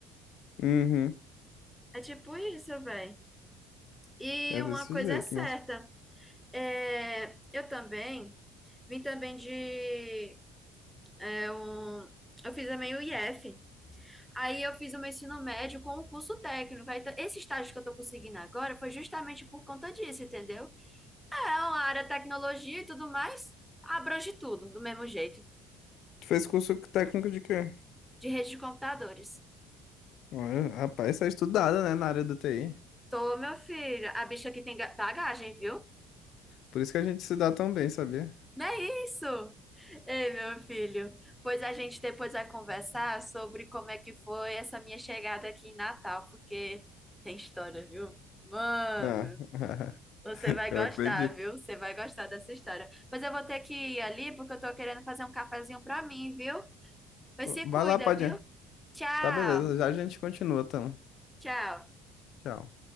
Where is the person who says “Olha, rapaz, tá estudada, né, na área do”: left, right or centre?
Left